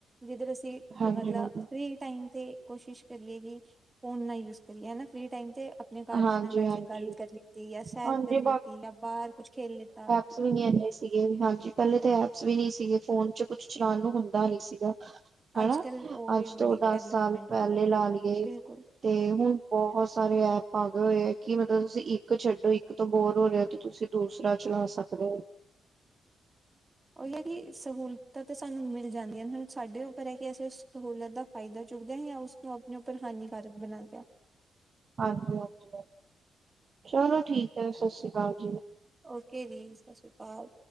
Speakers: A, on the right; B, on the right.
A: ਜਿੱਧਰ ਅਸੀ
B: ਹਾਂਜੀ
A: ਮਤਲਬ
B: ਹਾਂਜੀ
A: ਫ੍ਰਰੀ ਟਾਈਮ ਤੇ, ਕੋਸ਼ਿਸ਼ ਕਰੀਏ ਵੀ ਫੋਨ ਨਾ ਯੂਜ਼ ਕਰੀਏ ਐ ਨਾ, ਫਰੀ ਟਾਈਮ ਤੇ ਆਪਣੇ, ਘਰਦਿਆਂ
B: ਹਾਂਜੀ
A: ਨਾਲ ਬੈਠ
B: ਹਾਂਜੀ
A: ਕੇ, ਗੱਲ ਕਰ ਲਿੱਤੀ ਜਾਂ ਸੈਰ
B: ਹਾਂਜੀ
A: ਕਰ ਲਿੱਤੀ, ਜਾਂ ਬਾਹਰ ਕੁਛ ਖੇਲ ਲਿੱਤਾ
B: ਸੀਨਿਅਰ ਵੀ ਨਈ ਸੀਗੇ, ਹਾਂਜੀ ਪਹਿਲੇ ਤਾਂ
A: ਹਾਂ
B: ਐ ਕੁਛ ਵੀ ਨਈ ਸੀਗੇ, ਫੋਨ ਚ ਕੁਛ ਚਲਾਉਣ ਨੂੰ ਹੁੰਦਾ ਨੀ, ਸੀਗਾ ਹਨਾ,
A: ਅੱਜ ਕੱਲ ਉਹ ਵੀ
B: ਅੱਜ ਤੋਂ
A: ਬੜੀ ਡਿਵਲਪਮੈਂਟ
B: ਦਸ ਸਾਲ ਪਹਿਲੇ,
A: ਹੋ ਗਈ ਹੈ
B: ਲਾ ਲਈਏ
A: ਬਿਲਕੁਲ
B: ਤੇ ਹੁਣ, ਬਹੁਤ ਸਾਰੇ ਐਂਪ ਆ ਗਏ ਹੋਏ ਹੈ ਕਿ, ਮਤਲਬ ਤੁਸੀ ਇੱਕ ਛੱਡੋ, ਇੱਕ ਤੋਂ ਬੋਰ ਹੋ ਰਹੇ ਹੋ, ਤੇ ਤੁਸੀਂ ਦੂਸਰਾ, ਚਲਾ ਸਕਦੇ ਹੋ
A: ਉਹੀ ਹੈ ਕਿ, ਸਹੂਲਤਾਂ ਤੇ ਸਾਨੂੰ ਮਿਲ ਜਾਂਦੀਆਂ ਨੇ, ਹੁਣ ਸਾਡੇ ਉੱਪਰ ਹੈ ਕਿ, ਅਸੀ ਉਸ ਸਹੂਲਤ ਦਾ ਫਾਇਦਾ ਚੁੱਕਦਿਆਂ ਹੀ, ਉਸ ਤੋਂ ਆਪਣੇ ਉੱਪਰ ਹਾਨੀਕਾਰਕ, ਬਣਾਦਾ
B: ਹਾਂਜੀ-ਹਾਂਜੀ, ਚਲੋ ਠੀਕ ਹੈ ਸਤਿ ਸ੍ਰੀ ਅਕਾਲ ਜੀ।
A: ਓਕੇ ਜੀ, ਸਤਿ ਸ਼੍ਰੀ ਅਕਾਲ।